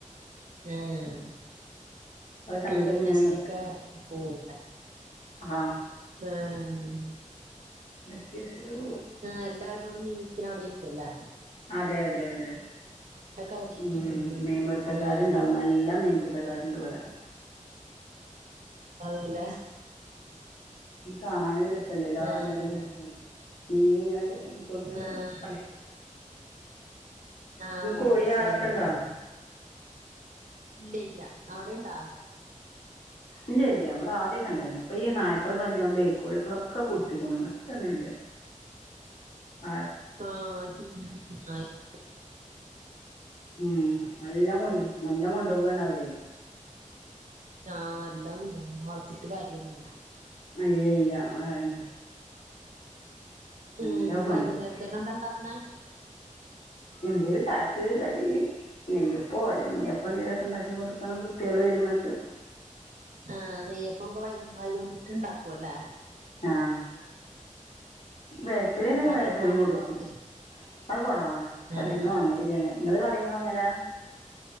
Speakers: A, on the right (about 70°); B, on the left (about 55°).
A: ആഹ്.
B: അത്
A: കുട്ട്യേള്
B: കണ്ട്
A: വെക്കേഷനൊക്കെ
B: ഇങ്ങനെ നിക്കാണ്
A: പോവും ലേ.
B: ആഹ്.
A: ഏഹ്.
B: വെക്കെഷൻ പോവും.
A: ആഹ് എല്ലാവാരും വന്ന് മീൻ പിടിക്കിണ അവിടെരിക്കുവല്ലേ.
B: അതെ അതെ അതെ
A: അവിടെ ഇരിക്കും
B: ഉം
A: ഞാൻ പറഞ്ഞു
B: മീൻപിട്ത്തക്കാര്ണ്ടാവും
A: ആഹ്
B: നല്ല മീൻപിടുത്തക്കാർ. ണ്ട് വിടെ
A: അതുവല്ല
B: ഉ കാണാനും രസല്ലല്ലോ
A: ആഹ്
B: ആലുംങ്ങനെ
A: ആഹ്
B: നിക്കനെ മീനിങ്ങനെ കൊടുന്നടും
A: ആഹ്
B: പലേ
A: ആഹ് നല്ലരസാല്ലേ
B: കോഴി ആടൊക്കെണ്ടോ
A: കാണാൻ ഇല്ല ഇല്ല അവിടെണ്ടാ?
B: ഇല്ല ഇല്ല ഇബ്ടെ ആദ്യൊക്കെണ്ടാ ര്ന്നു ഇപ്പൊ ഈ നായ്ക്കളെ ശല്ല്യോ ണ്ട് ഈ കോഴികളൊക്കെ പുടിച്ച്ക്ക്ണു ച്ചൊന്നൂല ആ
A: ആഹ <unintelligible>
B: ഉം നല്ല കൊ നല്ലം കൊണ്ടോവാണ് അവര്
A: ആ എല്ലാം കൊണ്ടോവും പിന്നെ വളർത്തിട്ട് കാര്യല്ലല്ലോ
B: അ ഇല്ല ഇല്ല അതന്നെ
A: മ്
B: എല്ലാം
A: ഇന്ന്
B: കൊണ്ടോവും
A: വൈകുന്നേരത്തേക്കെന്താ ഉണ്ടാക്കണെ
B: ന്തേര് ചായക്ക് കടി നെയ്യപ്പൊ അല്ലെ ഉണ്ണിയപ്പൊ ന്തേലൊക്കെ ഉണ്ടാക്കി കൊടുക്കണം കുട്ടികൾ വരുമ്പോത്തേക്ക്
A: ആഹ് നെയ്യപ്പൊക്കെ വൈകുന്ന വൈകുന്നിട്ട് ണ്ടാക്കുവല്ലേ
B: ആഹ് ബേക്കറിണ്ടെങ്കി
A: കടേന്ന്
B: ബേക്കറി
A: വാങ്ങല്
B: കൊടുക്കും
A: കൊറവേ
B: അത് കൊറവാണ് കടേൽന്ന്
A: ആഹ്
B: വാങ്ങലില്ലങ്ങനെ ഇങ്ങള് കടേൽന്ന് വാങ്ങല